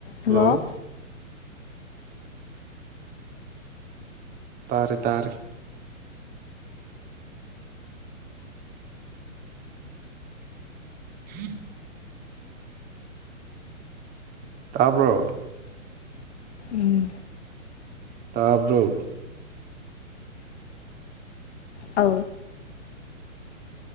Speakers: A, on the left; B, on the right.
A: hello
B: hello ꯇꯥꯔꯦ ꯇꯥꯔꯦ ꯍꯝ ꯇꯔꯕ
A: ꯎꯝ
B: ꯇꯥꯕ꯭ꯔꯨ
A: ꯑ